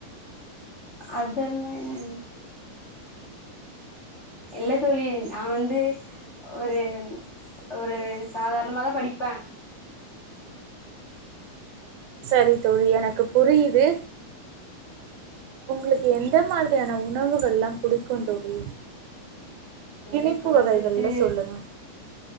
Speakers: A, on the left; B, on the right.
A: அதெல்லா இல் இல்ல தோழி நா வந்து ஒரு ஒரு சாதாரணமாதா படிப்பே
B: சரி தோழி எனக்கு புரியுது உங்ளுக்கு எந்த மாதிரியான உணவுகள்லா புடிக்கு தோழி
A: எனக்கு
B: இனிப்பு வகைகள்ல
A: வந்துட்டு
B: சொல்லுங்க